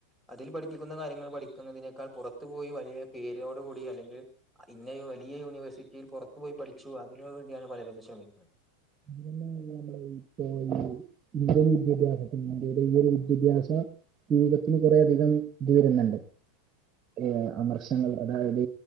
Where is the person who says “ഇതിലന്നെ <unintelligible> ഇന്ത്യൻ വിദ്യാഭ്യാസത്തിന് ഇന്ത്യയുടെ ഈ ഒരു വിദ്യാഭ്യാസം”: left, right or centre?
Right